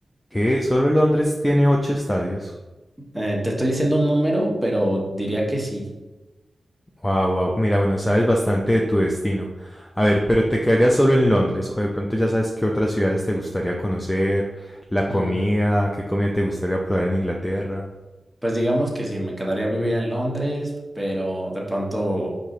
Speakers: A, on the left; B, in the centre.
A: Que solo Londres tiene ocho estadios.
B: Eh, te estoy diciendo un número, pero diría que sí.
A: Wow, wow. Mira, bueno, sabes bastante de tu destino. A ver, pero ¿te quedarías solo en Londres o de pronto ya sabes qué otras ciudades te gustaría conocer, la comida,
B: Mm,
A: qué comida te gustaría probar en Inglaterra?
B: Pues digamos que sí, me quedaría a vivir en Londres, pero de pronto,